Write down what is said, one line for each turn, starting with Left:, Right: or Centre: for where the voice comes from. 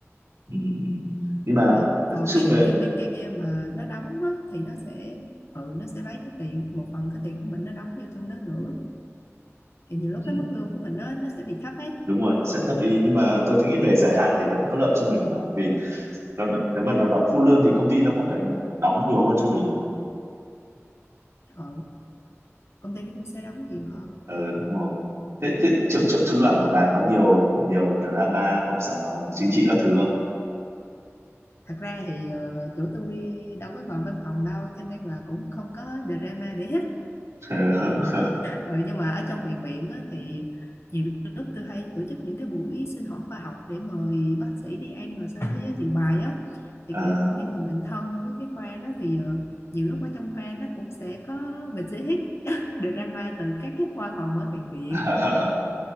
Right: ừ, ừ. nhưng mà
Left: Ờ, còn
Right: nói chung
Left: ví
Right: về
Left: dụ như bên kia mà nó đóng á, thì nó sẽ ừ, nó sẽ lấy cái tiền một phần cái tiền của mình nó đóng vô trong đó nữa thì nhiều lúc
Right: ừ,
Left: cái mức lương của mình nó nó sẽ bị thấp ấy
Right: đúng rồi nó sẽ thấp đi nhưng mà tôi nghĩ về dài hạn thì vẫn có lợi cho mình mà vì nó nếu mà nó đóng full lương thì công ty nó cũng phải đóng nhiều hơn cho mình mà
Left: ờ, công ty nó cũng sẽ đóng nhiều hơn
Right: ừ đúng rồi thế, thế chỗ, chỗ chỗ làm của bà có nhiều nhiều drama công sở chính trị các thứ không
Left: thật ra thì ờ, chỗ tôi đâu có ngồi văn phòng đâu cho nên là cũng không có drama để hết
Right: <laughs>
Left: Ờ, nhưng mà ở trong bệnh viện á, thì nhiều lúc tôi hay tổ chức những cái buổi sinh hoạt khoa học để mời bác sĩ đi ăn rồi sau đó giới thiệu bài á thì
Right: à,
Left: kiểu khi mà mình thân với cái khoa đó thì ờ, nhiều lúc ở trong khoa nó cũng sẽ có mình sẽ hít <laughs> drama từ các cái khoa phòng ở bệnh viện
Right: <laughs>